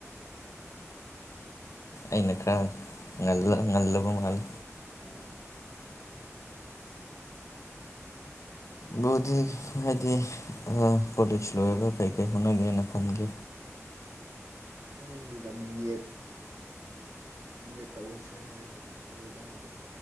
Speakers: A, on the left; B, on the right.
A: ꯑꯩꯅ ꯈꯔ ꯉꯜꯂ
B: ꯑꯥ
A: ꯉꯜꯂꯕ ꯃꯥꯜꯂꯦ
B: ꯑꯥ
A: ꯕꯨꯗꯤ ꯍꯥꯏꯗꯤ ꯑ ꯀꯣꯂꯦꯖ ꯂꯣꯏꯔꯒ ꯀꯩꯀꯩ ꯍꯣꯠꯅꯒꯦꯅ ꯈꯟꯒꯦ
B: ꯈꯪꯗꯦꯗ ꯃꯤ ꯌꯦꯠ ꯌꯦ ꯇꯎꯁꯦ ꯍꯥꯏ ꯈꯗ ꯍꯥꯏꯗꯤ